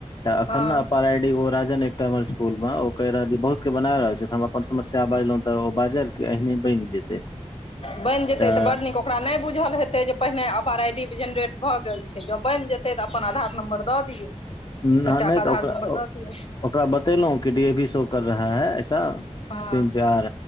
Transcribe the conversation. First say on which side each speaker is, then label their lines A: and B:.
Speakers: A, on the left; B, on the left.
A: त अखन
B: हँ
A: ने अपार आई डी ओ राजन एकटा हमर स स्कूल मे ओ कहि रहल या बहुत के बना रहल छै त हम अपन समस्या बाजलौं तऽ ओ बाजल कि अहने बनि जेतै
B: बनि जेतै
A: तऽ
B: बड नीक ओकरा नहि बुझल हेतै जे पहिने अपार आइ डी जेनरेट भऽ गेल छै जँ बनि जेतै तऽ अ अप्पन आधार नम्बर दऽ दियौ बच्चा
A: नह नय
B: के आधार
A: तऽ ओकरा
B: नम्बर
A: ओ
B: दऽ दियौ
A: ओकरा बतेलों की डी ए भी शो कर रहा है ऐसा
B: हँ
A: स्क्रीन पे आर